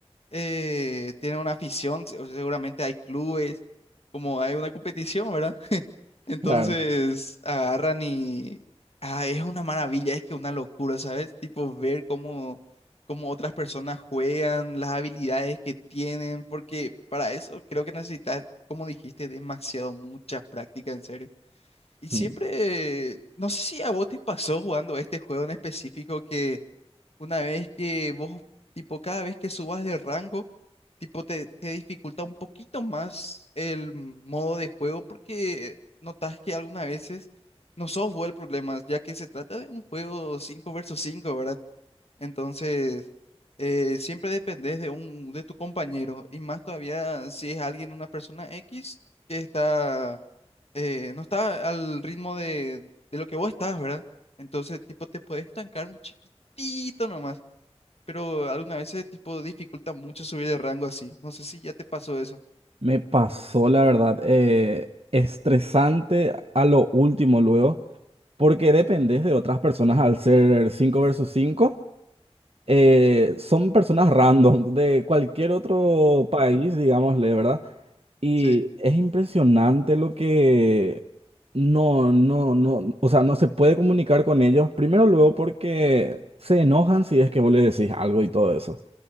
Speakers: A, on the left; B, on the right.
A: eh, tiene una afición, se- seguramente hay clubes, como hay una competición, ¿verdad? <laughs> Entonces
B: claro.
A: agarran y ah, es una maravilla, es que una locura, ¿sabes? Tipo ver cómo, cómo otras personas juegan, las habilidades que tienen, porque para eso creo que necesitas, como dijiste, demasiado, mucha práctica, en serio. Y siempre,
B: mm.
A: no sé si a vos te pasó jugando este juego en específico que una vez que vos, tipo, cada vez que subas de rango, tipo, te, te dificulta un poquito más el modo de juego porque notas que algunas veces no sos vos el problema, ya que se trata de un juego 5 versus cinco ¿verdad? Entonces, eh, siempre dependés de un, de tu compañero y más todavía si es alguien, una persona X que está, eh, no está al ritmo de, de lo que vos estás, ¿verdad? Entonces, tipo, te puedes estancar un chiquitito nomás pero alguna vez ese tipo dificulta mucho subir de rango así. No sé si ya te pasó eso.
B: Me pasó, la verdad, eh, estresante a lo último luego, porque dependes de otras personas al ser 5 versus 5, eh, son personas random de cualquier otro país, digámosle, ¿verdad? Y
A: Sí,
B: es impresionante lo que no, no, no, o sea, no se puede comunicar con ellos. Primero luego porque se enojan si es que vos le decís algo y todo eso